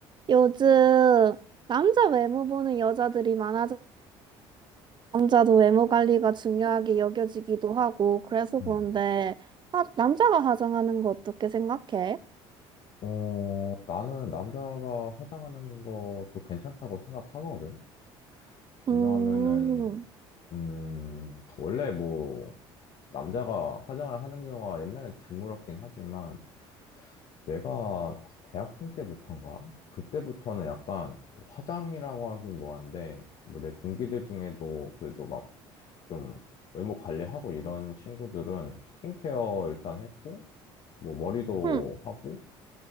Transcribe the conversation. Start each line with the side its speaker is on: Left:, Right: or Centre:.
Right: 요즘 남자 외모 보는 여자들이 많아져 남자도 외모 관리가 중요하게 여겨지기도 하고 그래서
Left: 음.
Right: 그런데 하, 남자가 화장하는 거 어떻게 생각해?
Left: 어, 나는 남자가 화장하는 것도 괜찮다고 생각하거든. 왜냐하면은,
Right: 음,
Left: 음, 원래 뭐, 남자가 화장을 하는 경우가 옛날엔 드물었긴 하지만, 내가 대학생 때부터인가? 그때부터는 약간 뭐 화장이라고 하긴 뭐한데, 뭐 내 동기들 중에도 그래도 막 좀 외모 관리하고 이런 친구들은 스킨케어 일단 했고, 뭐 머리도
Right: 응,
Left: 하고,